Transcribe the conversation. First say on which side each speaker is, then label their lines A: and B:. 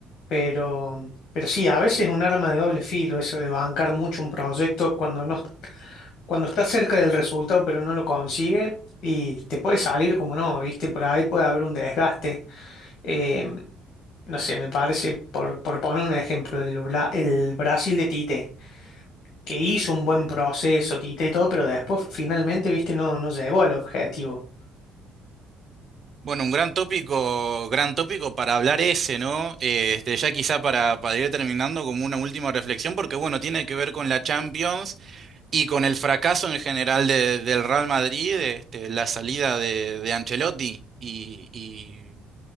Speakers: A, on the left (about 65°); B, on the right (about 40°).
A: Pero, pero sí, a veces es un arma de doble filo eso de bancar mucho un proyecto cuando no, cuando está cerca del resultado pero no lo consigue y te puede salir como no, ¿viste? Por ahí puede haber un desgaste. Eh, no sé, me parece, por, por poner un ejemplo, el, Bra- el Brasil de Tite, que hizo un buen proceso, Tite y todo, pero después finalmente, ¿viste? No, no llegó al objetivo.
B: Bueno, un gran tópico, gran tópico para hablar ese, ¿no? Eh, Este, ya quizá para, para ir terminando como una última reflexión, porque bueno, tiene que ver con la Champions y con el fracaso en general de- del Real Madrid, este, la salida de, de Ancelotti y,